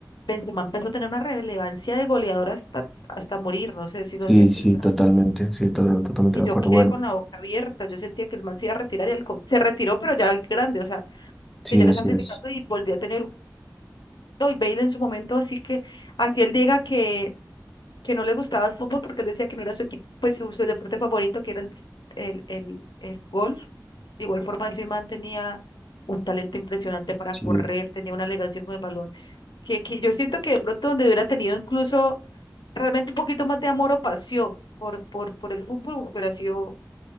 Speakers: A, on the left; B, in the centre.
A: Benzema empezó a tener una relevancia de goleador hasta, hasta morir, no sé si lo
B: Sí,
A: sientes
B: sí, totalmente. Sí, to- totalmente
A: que
B: de
A: yo
B: acuerdo.
A: quedé
B: Bueno,
A: con la boca abierta. Yo sentía que el man se iba a retirar y el co, se retiró, pero ya grande, o sea,
B: sí,
A: que ya le
B: así
A: están criticando
B: es.
A: y volví a tener. No, y Bale en su momento, así que, así él diga que, que no le gustaba el fútbol porque él decía que no era su equipo, pues su, su deporte favorito, que era el, el, el, el golf. De igual forma, ese man tenía un talento impresionante para
B: Sí,
A: correr, tenía una elegancia con el balón, que, que yo siento que de pronto donde hubiera tenido incluso realmente un poquito más de amor o pasión por, por, por el fútbol, hubiera sido